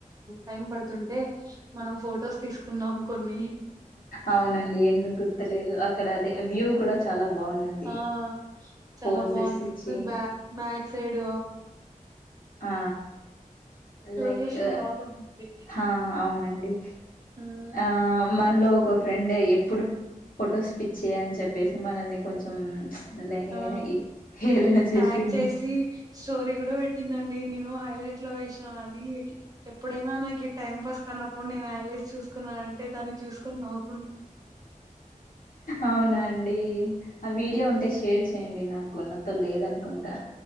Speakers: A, on the right; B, on the left.
A: టైం పడుతుంటే మనం ఫొటోస్ తీసుకున్నాం కొన్ని
B: అవునండి ఎందుకు గుర్తులేదు అక్కడ అదే వ్యూ కూడా చాలా బాగుంది
A: ఆ చాలా
B: పోజెస్
A: బాగుంది
B: ఇచ్చి
A: బ్యా బ్యాక్ సైడ్
B: ఆ లైక్
A: లొకేషన్ బాగుంది.
B: హ అవునండి
A: హ్మ్.
B: ఆ మనలో ఒక ఫ్రెండ్ ఎప్పుడు ఫొటోస్ పిచ్చి అని చెప్పేసి మనల్ని కొంచెం లే
A: ఆ
B: ఇ హేళన చేసింది.
A: ప్యాక్ చేసి స్టోరీ కూడా పెట్టిందండి నేను హైలే ఇంట్లో వేసినానని అది ఎప్పుడైనా నాకు టైం పాస్ కన్నప్పుడు నేను ఐల్స్ చూకున్నానునంటే దాన్ని చూసుకొనివు
B: అవునండి ఆ వీడియో ఉంటే షేర్ చెయ్ చేయండి నాకు ఉన్నతం లేద అనుకుంటా